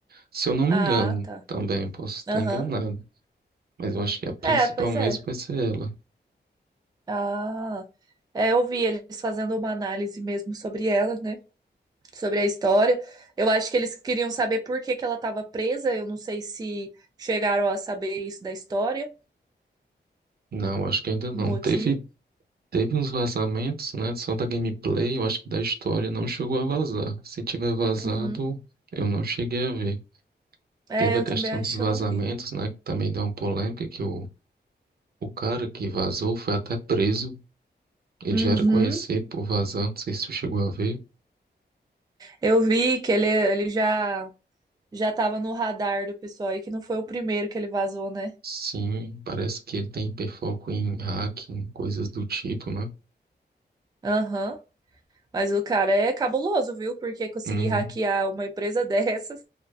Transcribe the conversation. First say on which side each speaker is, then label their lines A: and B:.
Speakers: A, on the right; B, on the right.
A: Se eu não me
B: Ah,
A: engano,
B: tá.
A: também posso estar
B: Aham.
A: enganado. Mas eu acho que a principal
B: É, pois
A: mesmo
B: é.
A: vai ser ela.
B: Ah, é, eu vi eles fazendo uma análise mesmo sobre ela, né? Sobre a história. Eu acho que eles queriam saber por que que ela estava presa. Eu não sei se chegaram a saber isso da história,
A: Não, acho que ainda não.
B: o motivo.
A: Teve, teve uns vazamentos, né? Só da gameplay, eu acho que da história não chegou a vazar. Se tiver vazado,
B: Uhum.
A: eu não cheguei a ver.
B: É,
A: Teve
B: eu
A: a questão
B: também acho
A: dos vazamentos,
B: que eu não vi.
A: né? Que também dá uma polêmica que o O cara que vazou foi até preso. Ele
B: Uhum.
A: já era conhecido por vazar, não sei se tu chegou a ver.
B: Eu vi que ele, ele já. já tava no radar do pessoal aí, que não foi o primeiro que ele vazou, né?
A: Sim, parece que ele tem hiperfoco em hacking, coisas do tipo, né?
B: Aham. Mas o cara é cabuloso, viu? Porque conseguir
A: Uhum.
B: hackear uma empresa <laughs> dessas,